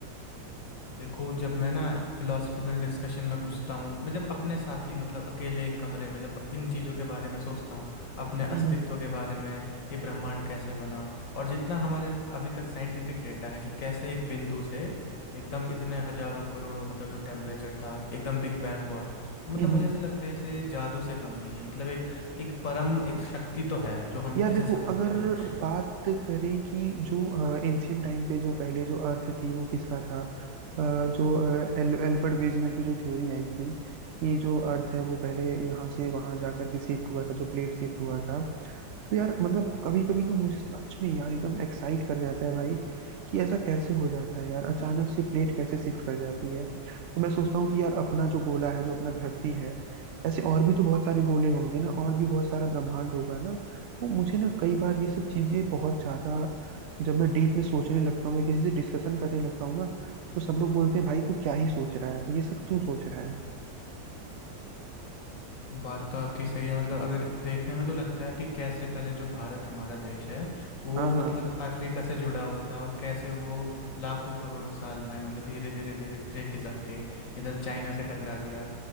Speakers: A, on the left; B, on the right.
A: देखो जब मैं ना फिलोसफिकल डिस्कशन में घुसता हूँ मैं जब अपने साथ ही मतलब अकेले एक कमरे में जब अब इन चीज़ों के बारे में सोचता हूँ अपने अस्तित्व
B: हम्म हम्म
A: के बारे में ये ब्रह्मांड कैसे बना और जितना हमारे अभी तक साइंटिफिक डेटा है कि कैसे एक बिंदु से एकदम इतने हजारों करोड़ों मतलब जो टेम्परेचर था एकदम बिग बैंग हुआ तो मतलब
B: हम्म,
A: मुझे ऐसा लगता है इसे जादू से कम नहीं है मतलब एक एक परम एक शक्ति तो है जो हम
B: यार
A: जिसे
B: देखो
A: समझते
B: अगर
A: नहीं है
B: बात करें कि जो एंशियंट टाइम पे जो पहले जो अर्थ थी वो किसका था अ, जो अ, एल, एल्फ्रेड वेजनर की जो थ्योरी आई थी कि जो अर्थ है वो पहले यहाँ से वहाँ जा करके शिफ्ट हुआ था जो प्लेट शिफ्ट हुआ था तो यार मतलब कभी कभी ना मुझे सच में यार एकदम एक्साइट कर जाता है भाई कि ऐसा कैसे हो जाता है यार अचानक से प्लेट कैसे शिफ्ट कर जाती है तो मैं सोचता हूँ कि यार अपना जो गोला है जो अपना धरती है ऐसे और भी तो बहुत सारे गोले होंगे ना और भी बहुत सारा ब्रह्मांड होगा ना तो मुझे ना कई बार ये सब चीजें बहुत ज्यादा जब मैं डीप में सोचने लगता हूँ या किसी से डिस्कशन करने लगता हूँ ना तो सब लोग बोलते हैं भाई तू क्या ही सोच रहा है ये सब क्यों सोच रहा है
A: बात तो आपकी सही है मतलब अगर देखने में तो लगता है यार कि कैसे पहले जो भारत हमारा देश है वो
B: हाँ हाँ
A: मतलब अफ्रीका से जुड़ा हुआ था और कैसे वो लाखों करोड़ों साल में मतलब धीरे धीरे धीरे धीरे खिसक के इधर चाइना से टकरा गया